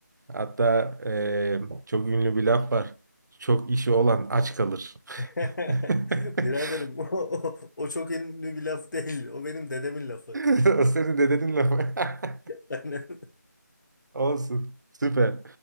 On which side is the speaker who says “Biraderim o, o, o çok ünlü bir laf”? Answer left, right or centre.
Left